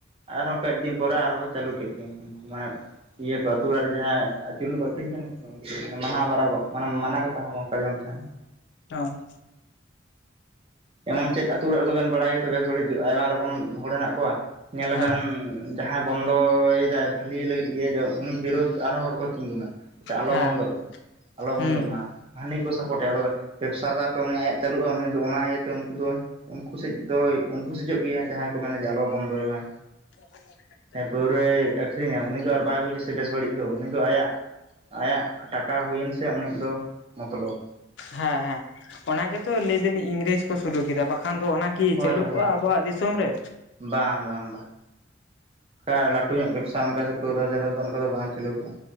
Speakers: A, on the right; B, on the left.
A: ᱟᱨᱦᱚᱸ ᱠᱟᱹᱡᱫᱤᱱ ᱯᱚᱨᱮ ᱟᱨᱦᱚᱸ ᱠᱚ ᱪᱟᱹᱞᱩ ᱠᱮᱫ ᱜᱮ ᱩᱱᱠᱩ ᱢᱟᱱᱮ ᱤᱭᱟᱹ ᱠᱚ ᱟ ᱟᱹᱛᱩ ᱚᱲᱟᱜ ᱨᱮ ᱡᱟᱦᱟᱸ ᱪᱩᱞᱞᱩ ᱠᱚ ᱟᱠᱷᱨᱤᱧ ᱠᱟᱱᱟ ᱠᱚ ᱢᱟᱱᱟᱣ ᱵᱟᱨ ᱢᱟᱱᱮ ᱢᱟᱱᱟ ᱠᱟᱛᱷᱟ ᱦᱚᱸ ᱵᱟᱝ ᱠᱚ ᱟᱸᱡᱚᱢ ᱛᱟᱦᱮᱸᱱᱟ
B: ᱚ
A: ᱮᱢᱚᱱ ᱪᱮᱫ ᱟᱹᱛᱩ ᱚᱲᱟᱜ ᱨᱮᱫᱚ ᱵᱮᱱ ᱵᱟᱲᱟᱭ ᱟᱛᱚ ᱵᱮᱥ ᱜᱷᱟᱹᱲᱤᱡ ᱟᱭᱢᱟ ᱨᱚᱠᱚᱢ ᱦᱚᱲ ᱦᱮᱱᱟᱜ ᱠᱚᱣᱟ ᱧᱮᱞ ᱞᱟᱵᱮᱱ
B: ᱦᱮᱸ
A: ᱡᱟᱦᱟᱸᱭ ᱵᱚᱱᱫᱚᱭ ᱫᱟᱭ ᱵᱷᱟᱹᱞᱤ ᱞᱟᱹᱜᱤᱫ ᱜᱮ ᱩᱱᱤ ᱵᱤᱨᱳᱫᱽ ᱟᱨᱦᱚ ᱦᱚᱲ ᱠᱚ ᱛᱤᱸᱜᱩᱱᱟ ᱡᱟᱛᱮ ᱟᱞᱚ
B: ᱦᱮᱸ
A: ᱵᱚᱱᱫᱚᱜ ᱟᱞᱚ
B: ᱦᱩᱸ
A: ᱵᱚᱱᱫᱚᱜ ᱢᱟ ᱦᱟᱹᱱᱤ ᱠᱚ ᱥᱟᱯᱚᱴ ᱮᱭᱟ ᱵᱮᱵᱽᱥᱟᱫᱟᱨ ᱫᱚ ᱩᱱᱤ ᱟᱭᱟᱜ ᱪᱟᱹᱞᱩᱜᱼᱟ ᱩᱱᱤ ᱫᱚ ᱚᱱᱟ ᱤᱭᱟᱹᱛᱮ ᱛᱮ ᱩᱱᱠᱩ ᱫᱚ ᱩᱱᱠᱩ ᱥᱮᱡ ᱫᱚᱭ ᱩᱱᱠᱩ ᱥᱮᱡᱚᱜ ᱜᱮᱭᱟ ᱡᱟᱦᱟᱸᱭ ᱠᱚ ᱢᱮᱱᱟ ᱡᱮ ᱟᱞᱚ ᱵᱚᱱᱫᱚᱭ ᱢᱟᱭ
B: <unintelligible>
A: ᱦᱮ ᱯᱟᱹᱣᱨᱟᱹᱭ ᱟᱹᱠᱷᱨᱤᱧᱟ ᱩᱱᱤ ᱫᱚ ᱟᱨ ᱵᱟᱭ ᱵᱩᱡᱟ ᱥᱮ ᱵᱮᱥ ᱜᱷᱟᱹᱲᱤᱡ ᱫᱚ ᱩᱱᱤ ᱫᱚ ᱟᱭᱟᱜ ᱟᱭᱟᱜ ᱴᱟᱠᱟ ᱦᱩᱭᱮᱱ ᱥᱮ ᱩᱱᱤᱭᱟᱜ ᱫᱚ ᱢᱚᱛᱞᱚᱵ
B: ᱦᱮᱸ ᱦᱮᱸ ᱚᱱᱟ ᱜᱮᱛᱚ ᱞᱟᱹᱭ ᱫᱟᱞᱤᱧ ᱤᱝᱨᱮᱡᱽ ᱠᱚ ᱥᱩᱨᱩ ᱠᱮᱫᱟ ᱵᱟᱠᱷᱟᱱ ᱫᱚ ᱚᱱᱟ ᱠᱤ
A: ᱦᱳᱭ
B: ᱪᱟᱹᱞᱩ
A: ᱦᱳᱭ
B: ᱠᱚᱜᱼᱟ
A: ᱦᱳᱭ
B: ᱟᱵᱚᱣᱟᱜ ᱫᱤᱥᱚᱢ ᱨᱮ
A: ᱵᱟᱝ ᱵᱟᱝ ᱵᱟᱝ ᱚᱱᱠᱟ ᱞᱟᱹᱴᱩ ᱧᱚᱜ ᱵᱮᱵᱽᱥᱟ ᱚᱱᱠᱟ ᱥᱮ ᱯᱟᱹᱣᱨᱟᱹ ᱫᱷᱟᱨᱮ ᱨᱮ ᱫᱚ ᱚᱱᱠᱟ ᱫᱚ ᱵᱟᱝ ᱪᱟᱹᱞᱩ ᱠᱮᱫᱼᱟ